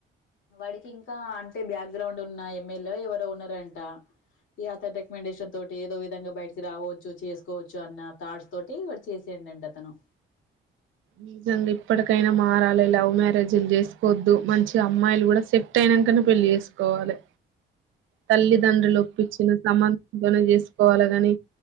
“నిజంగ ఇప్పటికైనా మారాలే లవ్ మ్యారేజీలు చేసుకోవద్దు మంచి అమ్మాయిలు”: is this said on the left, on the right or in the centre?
Right